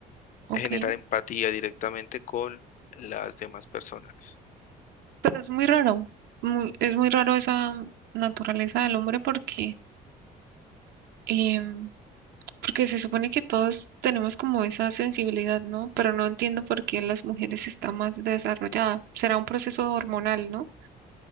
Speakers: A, on the right; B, on the left.
A: Ok,
B: generar empatía directamente con las demás personas.
A: pero es muy raro. muy- es muy raro esa naturaleza del hombre porque, em, Porque se supone que todos tenemos como esa sensibilidad, ¿no? Pero no entiendo por qué en las mujeres está más desarrollada. Será un proceso hormonal, ¿no?